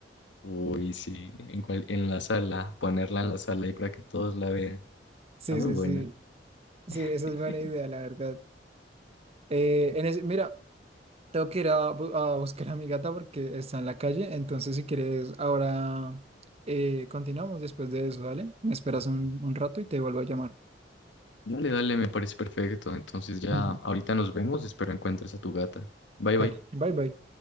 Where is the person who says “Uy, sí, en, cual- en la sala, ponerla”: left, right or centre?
Left